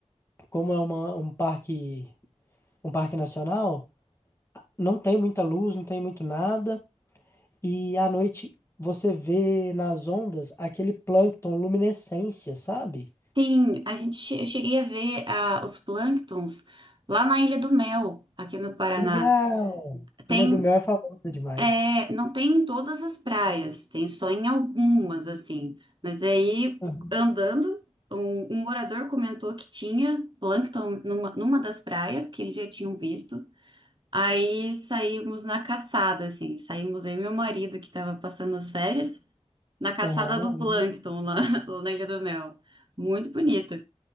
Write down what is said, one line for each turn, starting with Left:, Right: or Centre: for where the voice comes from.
Left: como é uma, um parque, um parque nacional, não tem muita luz, não tem muito nada. E à noite você vê nas ondas aquele plâncton luminescência, sabe?
Right: Sim, a gente, che- eu cheguei a ver ah, os plânctons lá na Ilha do Mel, aqui no Paraná.
Left: Legal!
Right: Tem,
Left: Ele é do Mel é famosa demais.
Right: é, não tem em todas as praias, tem só em algumas, assim. Mas daí,
Left: Aham.
Right: andando, um, um morador comentou que tinha plâncton numa, numa das praias que eles já tinham visto. Aí saímos na caçada, assim, saímos eu e meu marido, que estava passando as férias, na caçada
Left: Aham.
Right: do plâncton lá, <laughs> lá na Ilha do Mel. Muito bonito,